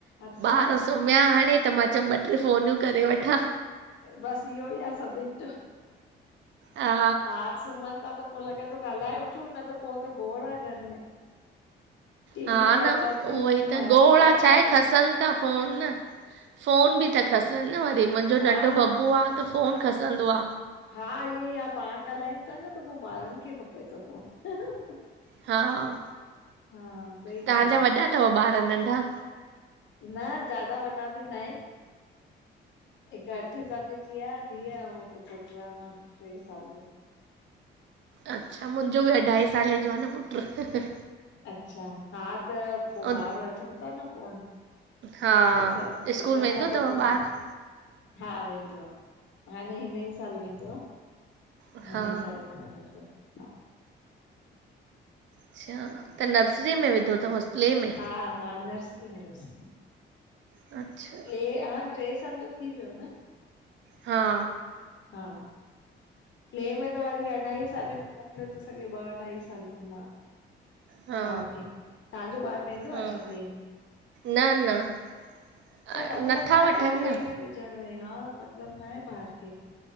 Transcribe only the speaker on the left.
अच्छा
बस इहोई आ सभिन जो,
ॿार सुमन ता त पो लॻे तो ॻाल्हाए वठूं, न त पो त गोड़ आए घर में। टीवी
जी
आवाजयूं,
ॿारन
जी आवाजयूं।
हा
हा इएंई आ, पाण ॻाल्हायूं ता न, त पो ॿारन खे खपे तो फ़ोन।
हा सही ॻाल्हि
आ
न ज्यादा वॾा बि नाहिन। हिक अठें साले जी आ धीअ, अऊं हिक पुट्र आ माखे ट्रे साल जो।
अच्छा, हा त पो,
ॿार वठन ता न फोन।
ॾिसन,
ॾिसन
ता,
त पो
हा, वेंदो आ, हाणे हिनईं साल वेंदो आ।
हिनईं साल खां, वञे तो, हा
हा हा, नर्सरी में, नर्सरी में
प्ले, हाण ट्रे साल जो थी वयो न?
हा, प्ले में त वरी अढ़ाई सालें में मो मोकले तो सघे, ॿ, अढ़ाई सालें में ॿार।
ॿार खे, तहांजो ॿारु वेंदो
आ छा प्ले में?
त मतलब
नाहें,
प्ले
में विझण में हा, मतलब नाहें ॿार खे।